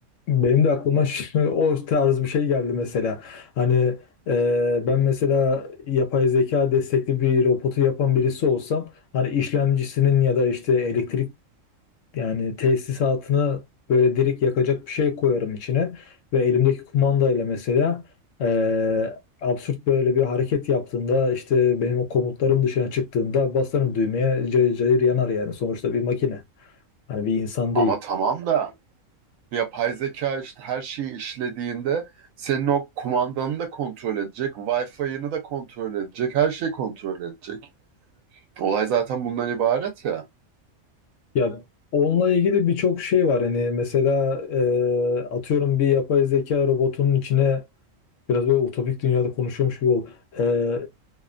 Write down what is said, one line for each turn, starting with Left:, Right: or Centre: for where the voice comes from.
Left: Benim de aklıma ş- o tarz bir şey geldi mesela. Hani e, ben mesela yapay zeka destekli bir robotu yapan birisi olsam hani işlemcisinin ya da işte elektrik yani tesisatını böyle direkt yakacak bir şey koyarım içine ve elimdeki kumandayla mesela eee, absürt böyle bir hareket yaptığında işte benim o komutlarım dışına çıktığında basarım düğmeye cayır cayır yanar yani sonuçta bir makine. Hani bir insan
Right: Ama
Left: değil.
Right: tamam da yapay zeka işte her şeyi işlediğinde senin o kumandanı da kontrol edecek, Wi-Fi'ını da kontrol edecek, her şeyi kontrol edecek. Olay zaten bundan ibaret ya.
Left: Ya onunla ilgili birçok şey var. Hani mesela e, atıyorum bir yapay zeka robotunun içine Biraz böyle utopik dünyada konuşuyormuş gibi ol. Ee,